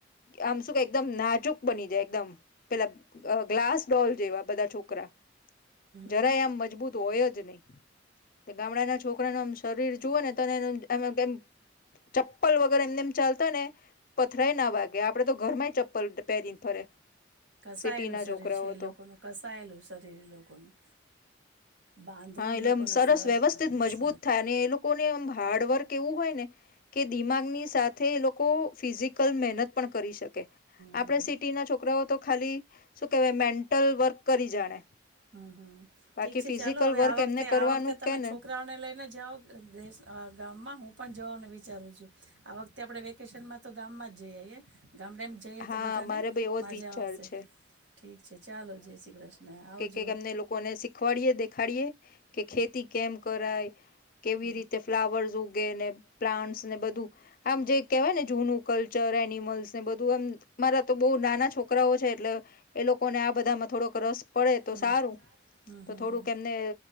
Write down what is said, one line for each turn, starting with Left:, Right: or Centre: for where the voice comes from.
Left: આમ શું કે એકદમ ના ચૂક બની જાય. એકદમ પેલા ગ્લાસ ડોલ જેવા બધા છોકરા જરાય
Right: શરીર
Left: આમ મજબૂત હોય જ નહી ગામડાના છોકરાને આમ શરીર જુઓ ને તો એ ચપ્પલ વગર એમને એમ ચાલતા ને થય ના વાગે આપડે તો ઘરમાંય ચપ્પલ પહેરીને ફરે. સિટી
Right: કસાયેલું
Left: ના
Right: શરીર
Left: છોકરાઓ
Right: છે એ
Left: તો
Right: લોકોનું કસાયેલું શરીર એ લોકોનું બાંધો
Left: હા
Right: એ
Left: એટલેમ
Right: લોકોને
Left: સરસ વ્યવસ્થિત
Right: સરસ
Left: મજબૂત થાય અને એ લોકોને એમ હાર્ડવર્ક એવું હોય ને કે દિમાગની સાથે એ લોકો ફિઝિકલ મહેનત પણ કરી શકે. આપણે
Right: કરી શકે
Left: સિટી ના છોકરાઓ તો ખાલી શું કેવાય મેન્ટલ વર્ક કરી જાણે.
Right: હમ હમ ઠીક
Left: બાકી
Right: છે
Left: ફિઝિકલ
Right: ચાલો. આ
Left: વર્ક
Right: વખતે
Left: એમને કરવાનું
Right: આ વખતે તમે
Left: કે ને
Right: છોકરાઓને લઈને જાઓ ગામમાં હું પણ જવાનું વિચારું છું આ વખતે આપડે વેકેશન માં તો ગામમાં જ જઈએ. ગામડામાં જઈએ
Left: હા
Right: તો બધાને
Left: મારે બી એવો જ
Right: મજા
Left: વિચાર
Right: આવેશે.
Left: છે
Right: ઠીક છે ચાલો જય શ્રી કૃષ્ણ આવ
Left: કેમને લોકોને શીખવાડી દેખાડી કે
Right: હમ
Left: ખેતી કેમ કરાય. કેવી
Right: હમ હમ
Left: રીતે ફ્લાવર્સ પ્લાન્ટ ને બધું આમ જે કેહેવાય ને જનું કલર ચર એનિમલ્સ ને બધું અમ મારા તો બો નાના છોકરાઓ છે એટલે એ લો કોને આ બધામાં થોડોક રસ પડે તો
Right: હમ
Left: સારું
Right: હમ
Left: તો
Right: હમ
Left: થોડુંક
Right: હમ
Left: એમને